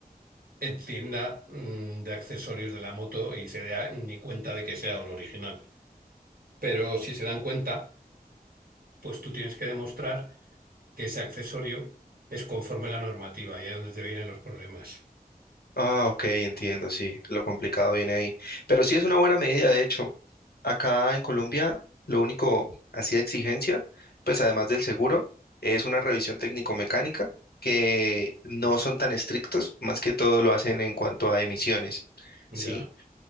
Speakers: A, on the right; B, on the left.
A: entienda mm, de accesorios de la moto y se dé ni cuenta de que sea un original. Pero si se dan cuenta, pues tú tienes que demostrar. que ese accesorio es conforme a la normativa y ahí es donde te vienen los problemas.
B: Ah, ok, entiendo, sí. Lo complicado viene ahí. Pero sí es una buena medida, de hecho. Acá en Colombia, lo único así de exigencia, pues además del seguro, es una revisión técnico-mecánica que no son tan estrictos, más que todo lo hacen en cuanto a emisiones,
A: Ya,
B: ¿sí?